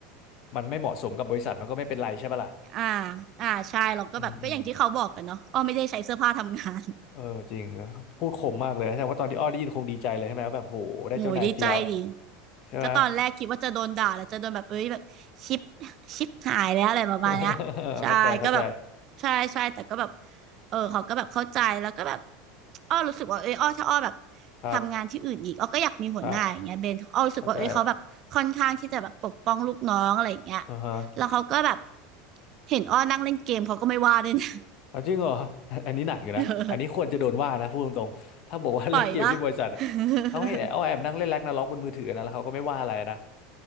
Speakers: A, on the left (about 50°); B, on the right (about 45°).
A: มันไม่เหมาะสมกับบริษัทมันก็ไม่เป็นไรใช่ปะล่ะ
B: อ่าอ่าใช่เราก็แบบก็อย่างที่เขาบอกกันเนาะอ้อไม่ได้ใช้เสื้อผ้าทำงาน
A: อืมอืมเออจริงนะครับพูดคมมากเลยแสดงว่าตอนที่อ้อได้ยินคงดีใจเลยใช่ไหมว่าแบบโหได้เจ้านายเฟี้ยว
B: โอ้ยดีใจดิ
A: ใช่ไหม
B: ก็ตอนแรกคิดว่าจะโดนด่าแล้วจะโดนแบบเอ้ยแบบชิปชิปหายแล้วอะไรประมาณเนี้ยใช่ก็แบบ
A: <laughs> เข้าใจเข้าใจ
B: ใช่ใช่แต่ก็แบบเออเขาก็แบบเข้าใจแล้วก็แบบอ้อรู้สึกว่าเอ้ยอ้อถ้าอ้อแบบ
A: ครับ
B: ทำงานที่อื่นอีกอ้อก็อยากมีหัวหน้าอย่างเงี้ยเบนอ้อรู้สึกว่าเอ้ยเขาแบบค่อนข้างที่จะแบบปกป้องลูกน้องอะไรอย่างเงี้ย
A: ครับเข้าใจอ่าฮะ
B: แล้วเขาก็แบบเห็นอ้อนั่งเล่นเกมเขาก็ไม่ว่าด้วยนะ
A: อ๋อจริงเหรอ <laughs> อันนี้หนักอยู่นะ
B: <laughs>
A: อันนี้ควรจะโดนว่านะพูดตรงๆถ้าบอกว่าเล่นเกมที่บริษัทอะเขาให้เอาแอบนั่งเล่นแร็กนาร็อกบนมือถือนะแล้วเขาก็ไม่ว่าอะไรนะ
B: เออปล่อยปะ <laughs>